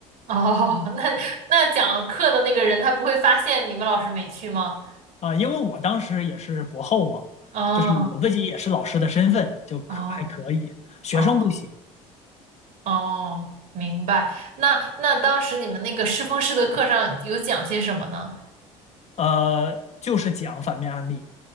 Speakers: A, on the right; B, on the left.
A: 哦，<laughs> 那那讲课的那个人他不会发现你们老师没去吗？
B: 啊，因为我当时也是博后嘛，
A: 哦，
B: 就是我自己也是老师的身份，就可还可以，
A: 哦，
B: 学生不行。
A: 哦，哦，明白。那那当时你们那个师风师的课上有讲些什么呢？
B: 呃，就是讲反面案例，